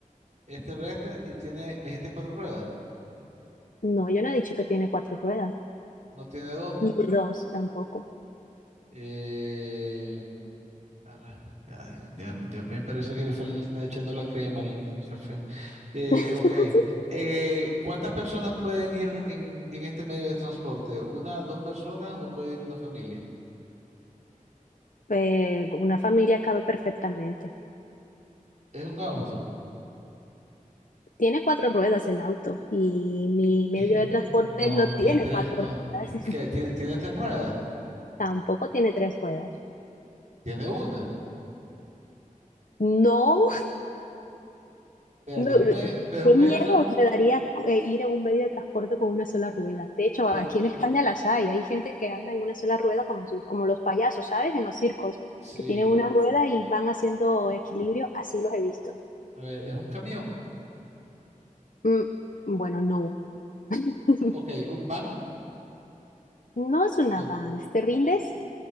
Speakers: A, on the right; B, on the left.
A: es terrestre y tiene, me dijiste cuatro ruedas,
B: No, yo no he dicho que tiene cuatro ruedas.
A: no tiene dos.
B: Ni dos tampoco.
A: Eh, ala, ya, ya- ya me parece que le fal- le está echando la crema al al café. Eh,
B: <laughs>
A: ok. Eh, ¿cuántas personas pueden ir en, en este medio de transporte? ¿Una, dos personas o puede ir una familia?
B: Eh, una familia cabe perfectamente.
A: ¿Es un auto?
B: Tiene cuatro ruedas el auto y mi
A: <gasps>
B: medio
A: Eh,
B: de transporte
A: No,
B: no tiene
A: tiene tres,
B: cuatro
A: no.
B: ruedas,
A: ¿Ti-
B: <laughs>
A: qué? ¿Tiene, tiene tres ruedas?
B: tampoco tiene tres ruedas.
A: Tiene una.
B: No,
A: Espérate,
B: no,
A: es un medio, pero es
B: qué
A: un medio
B: miedo
A: de transporte.
B: me daría eh, ir en un medio de transporte con una sola rueda. De hecho,
A: Pero,
B: aquí en España las hay, hay gente que anda en una sola rueda como, si- como los payasos, ¿sabes? En los circos,
A: sí,
B: que tienen una rueda y van haciendo equilibrio, así los he visto.
A: a ver, ¿es un camión?
B: Mm, bueno, no. <laughs>
A: Ok, ¿un van?
B: No es un
A: No,
B: avance, te rindes